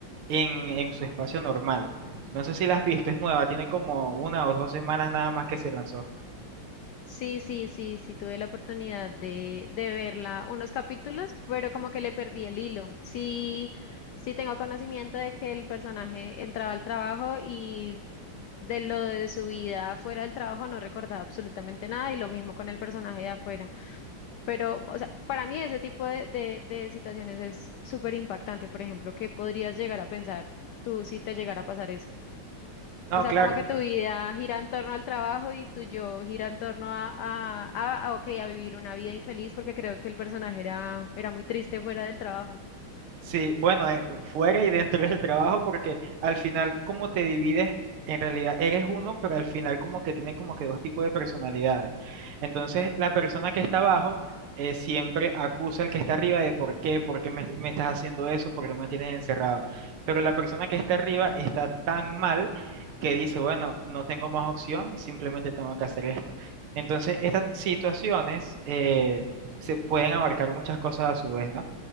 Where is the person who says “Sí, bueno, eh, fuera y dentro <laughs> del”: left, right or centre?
Right